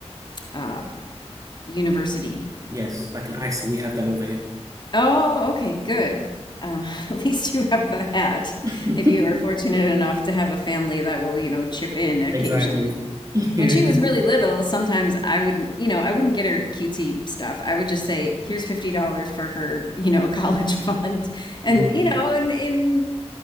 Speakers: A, on the left; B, on the right.
A: uh university
B: Yes, like an ISO. we have that over here.
A: Oh, okay, good. Um, <laughs> at least you have that.
B: <laughs>
A: If you are fortunate enough to have a family that will, you know, chip in occasionally.
B: Exactly. Yeah.
A: When she was really little, sometimes I would, you know, I wouldn't get her cutesy stuff. I would just say, "Here's fifty dollars for her, you know, <laughs> college fund." And
B: Mm,
A: you know, in in